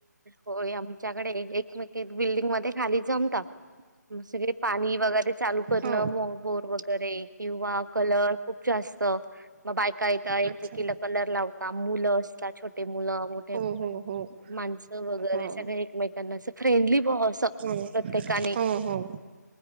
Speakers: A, on the right (about 85°); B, on the right (about 35°).
A: होय आमच्याकडे एकमेक एक बिल्डिंग मध्ये खाली जमत. सगळे पाणी वगैरे चालू करणं
B: हो
A: बोर वगैरे किंवा कलर खूप जास्त मग बायका येत
B: अच्छा
A: एकेला कलर लाव मुलं असतात. छोटे मुलं मोठे
B: हो हो हो
A: माणसं व
B: हो
A: सग एकमेकांना अस फ्रेंडली अस
B: हो
A: प्रत्येकाने
B: हो हो